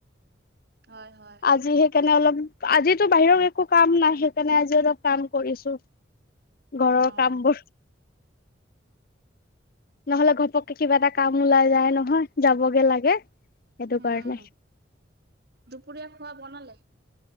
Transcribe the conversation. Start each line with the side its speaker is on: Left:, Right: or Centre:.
Right: হয়, হয়।
Left: আজি সেইকাৰণে অলপ, আজিটো বাহিৰৰ একো কাম নাই সেইকাৰণে আজি অলপ কাম কৰিছো। ঘৰৰ
Right: অ'।
Left: কাম বোৰ নহ'লে ঘপককে কিবা এটা কাম ওলাই যায় নহয় যাবগে লাগে, সেইটো
Right: উম
Left: কাৰণে।
Right: দুপৰীয়া খোৱা বনালে?